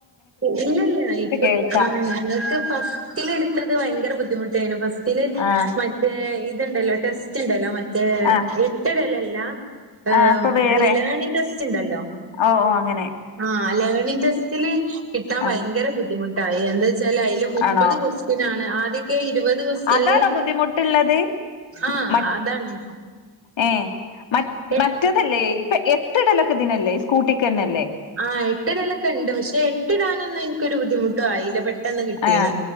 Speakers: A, on the right; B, on the left.
A: ഇല്ലല്ല ഇപ്പൊ
B: കേൾക്കാം
A: ആഹ് ഞങ്ങക്ക് ഫസ്റ്റില് എടുത്തത് ഭയങ്കര ബുദ്ധിമുട്ടേനും ഫസ്റ്റ് റ്റില്
B: ആഹ്
A: മറ്റേ ഇത്ണ്ടല്ലോ ടെസ്റ്റ് ഇണ്ടല്ലോ മറ്റേ
B: ആഹ്
A: എട്ട് ഇടലല്ല ഏഹ്
B: ആഹ് അപ്പൊ വേറെ
A: ലേണിംഗ് ടെസ്റ്റ്‌ ഇണ്ടെല്ലോ?
B: ഓ ഓ അങ്ങനെ
A: ആഹ് ലേണിംഗ് ടെസ്റ്റില് കിട്ടാൻ ഭയങ്കര
B: ആഹ്
A: ബുദ്ധിമുട്ടാ എന്താ ച്ചാല് അതില് മുപ്പത്
B: ആണോ
A: ക്വസ്റ്റ്യൻ ആണ് ആദ്യൊക്കെ ഇരുപത് ത് ക്വസ്റ്റനില്
B: അതാണോ ബുദ്ധിമുട്ടുള്ളത്
A: ആഹ്
B: മ
A: അതാണ്
B: ഏഹ് മറ്റ്
A: എ
B: മറ്റേതല്ലേ ഇപ്പൊ എട്ടിടലൊക്കെ ഇതിനല്ലേ സ്കൂട്ടിക്കന്നല്ലേ
A: ആഹ് എട്ടിടലൊക്കെ ഇണ്ട് പക്ഷെ എട്ടിടാനൊന്നും എനിക്കൊരു ബുദ്ധിമുട്ടും ആയില്ല പക്ഷ് പെട്ടെന്ന് കിട്ടീണ്
B: ആഹ്